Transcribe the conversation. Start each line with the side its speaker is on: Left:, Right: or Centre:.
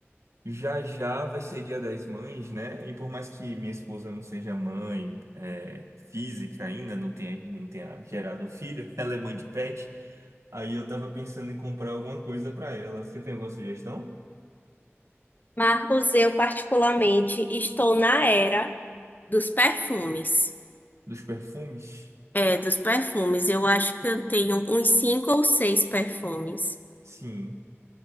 Right: Já já vai ser Dia das Mães, né? E por mais que minha esposa não seja mãe, é, física ainda, não tenha, não tenha gerado filho, <laughs> ela é mãe de pet. Aí eu tava pensando em comprar alguma coisa pra ela. Você tem alguma sugestão?
Left: Marcos, eu particularmente estou na era dos perfumes.
Right: Dos perfumes?
Left: É, dos perfumes. Eu acho que eu tenho uns cinco ou seis perfumes.
Right: Sim.